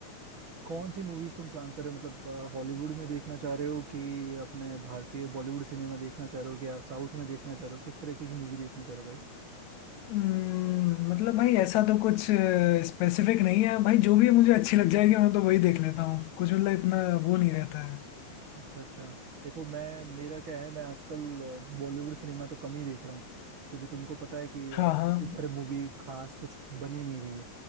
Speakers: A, on the right; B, on the left.
A: कौन सी मूवीज तुम प्लान कर रहे हो मतलब अ, हॉलीवुड में देखना चाह रहे हो कि अपने भारतीय बॉलीवुड सिनेमा देखना चाह रहे हो या साउथ में देखना चाह रहे हो किस तरीके की मूवी देखना चाह रहे हो भाई
B: हम्म, मतलब भाई ऐसा तो कुछ स्पेसिफिक नहीं है भाई जो भी मुझे अच्छी लग जाएगी मैं तो वही देख लेता हूँ कुछ मतलब इतना वो नहीं रहता है
A: अच्छा अच्छा देखो मैं मेरा क्या है मैं आजकल अ, बॉलीवुड सिनेमा तो कम ही देख रहा हूँ क्योंकि तुमको पता है कि अ,
B: हाँ हाँ
A: इधर मूवी खास कुछ बनी नहीं रही है